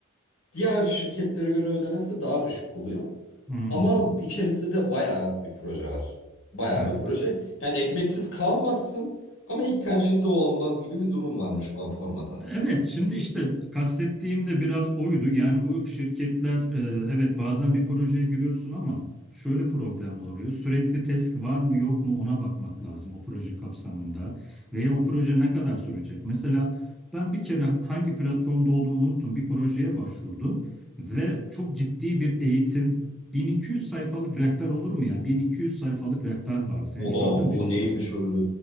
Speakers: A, on the left; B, in the centre.
A: diğer şirketlere göre ödemesi daha düşük oluyor.
B: Hmm.
A: Ama içerisinde de bayağı bir proje var. Bayağı
B: Evet.
A: bir proje. Yani ekmeksiz kalmazsın ama ilk tercihinde o almaz gibi bir durum varmış OneForma'da.
B: Evet, şimdi işte kastettiğim de biraz oydu. Yani bu şirketler, e, evet bazen bir projeye giriyorsun ama şöyle problemler oluyor. Sürekli test var mı yok mu ona bakmak lazım o proje kapsamında. Veya o proje ne kadar sürecek? Mesela ben bir kere hangi platformda olduğunu unuttum. Bir projeye başvurdum ve çok ciddi bir eğitim. 1200 sayfalık rehber olur mu ya? 1200 sayfalık rehber var. Sen
A: O
B: hiç
A: da
B: gördün
A: o
B: mü 1200?
A: neymiş öyle.